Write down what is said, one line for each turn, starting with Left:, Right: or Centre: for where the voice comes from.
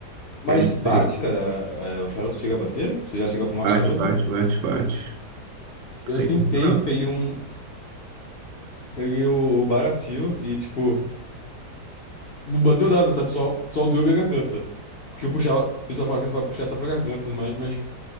Left: Mas
Right: é meio diferente.
Left: bate, cara. é, o charuto chega a bater? Você já chegou a fumar
Right: Bate,
Left: charuto?
Right: bate, bate, bate.
Left: Eu
Right: Sensacional.
Left: tentei, peguei um. Peguei o, o baratinho e, tipo, não bateu nada, sabe? Só, só doeu minha garganta. Porque eu puxava. O pessoal fala que é pra puxar só pra garganta, e tudo mais, mas